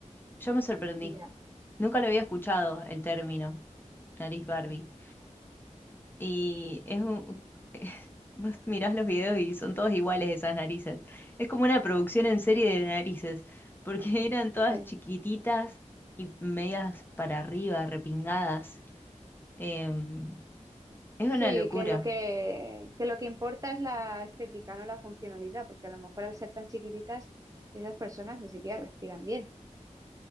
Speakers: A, on the left (about 15°); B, on the right (about 25°).
A: Yo me sorprendí.
B: ya,
A: Nunca lo había escuchado el término, nariz Barbie. Y es un... <laughs> Vos mirás los videos y son todos iguales esas narices. Es como una producción en serie de narices, porque <laughs> eran todas
B: sí.
A: chiquititas y medias para arriba, repingadas. Em, es
B: Sí,
A: una locura,
B: que lo que, que lo que importa es la estética, no la funcionalidad, porque a lo mejor al ser tan chiquititas, esas personas ni siquiera respiran bien.